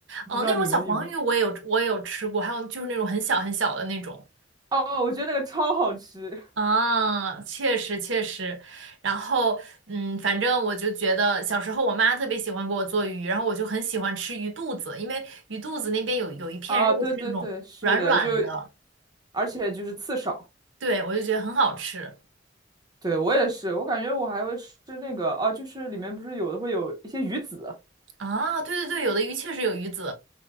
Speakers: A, on the right; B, on the right.
A: 哦，
B: 不知道你们有没有？
A: 那种小黄鱼我也有，我也有吃过，还有就是那种很小很小的那种。
B: 哦哦，我觉得那个超好吃。
A: 啊，确实确实，然后嗯，反正我就觉得小时候我妈特别喜欢给我做鱼，然后我就很喜欢吃鱼肚子，因为鱼肚子那边有有一片肉是那种软软的，
B: 啊，对对对，是的，就而且就是刺少。
A: 对，我就觉得很好吃
B: 对，我也是，我感觉我还会吃那个啊，就是里面不是有的会有一些鱼籽，
A: 啊。对对对，有的鱼确实有鱼籽